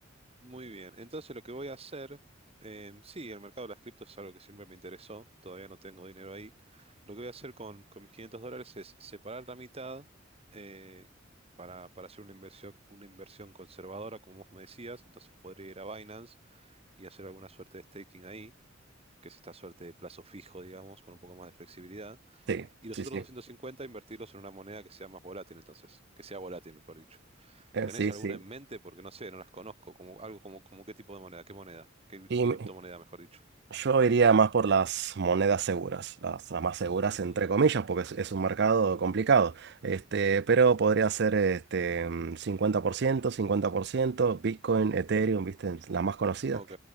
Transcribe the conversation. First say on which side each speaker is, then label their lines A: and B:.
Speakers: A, on the right; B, on the right.
A: Muy bien, entonces lo que voy a hacer, em, sí, el mercado de las criptos es algo que siempre me interesó, todavía no tengo dinero ahí. Lo que voy a hacer con, con mis 500 dólares es separar la mitad eh, para, para hacer una inversión, una inversión conservadora, como vos me decías, entonces podría ir a Binance y hacer alguna suerte de staking ahí, que es esta suerte de plazo fijo, digamos, con un poco más de flexibilidad.
B: Sí,
A: Y los
B: sí,
A: otros
B: sí.
A: 250 invertirlos en una moneda que sea más volátil, entonces, que sea volátil, mejor
B: Eh,
A: ¿Tenés
B: sí,
A: alguna
B: sí.
A: en mente? Porque no sé, no las conozco. Como, algo como, como qué tipo de moneda, qué moneda, qué
B: Y,
A: criptomoneda, mejor dicho.
B: Yo iría más por las monedas seguras, las, las más seguras
A: Ujú.
B: entre comillas, porque es, es un mercado complicado. Este, pero podría ser este, mm, cincuenta por ciento cincuenta por ciento, Bitcoin, Ethereum, ¿viste? Las más conocidas.
A: Ok,